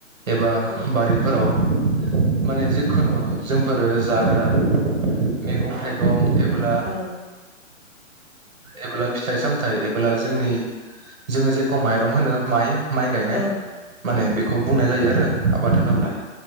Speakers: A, on the right; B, on the left.
A: एबा
B: औ
A: बारिफोराव माने जिखुनु फोरो जाग्रा मैगं थाइगं एबा ब्ला
B: औ
A: एब्ला फिथाइ सामथायाइ एबोब्ला जोंनि जोङो जेखौ माइरं होनो माइ माइ गायनाय
B: औ
A: माने
B: औ
A: बेखौ बुंनाय जायो आरो आबाद होनोब्ला
B: औ